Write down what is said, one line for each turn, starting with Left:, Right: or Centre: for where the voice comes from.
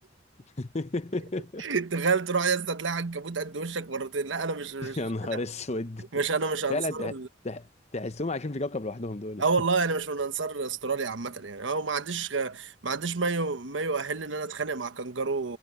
Left: <laughs>
Right: <laughs> تخيل تروح يا اسطى تلاقي عنكبوت قد وشك مرتين لا انا مش مش
Left: يا نهار اسود
Right: مش انا مش انصار
Left: فعلا تح... تح... تحسهم عايشين في كوكب لوحدهم دول
Right: اه والله انا مش من انصار استراليا عامه يعني هو ما عنديش ما عنديش ما يو- ما يؤهلني ان انا اتخانق مع كانجارو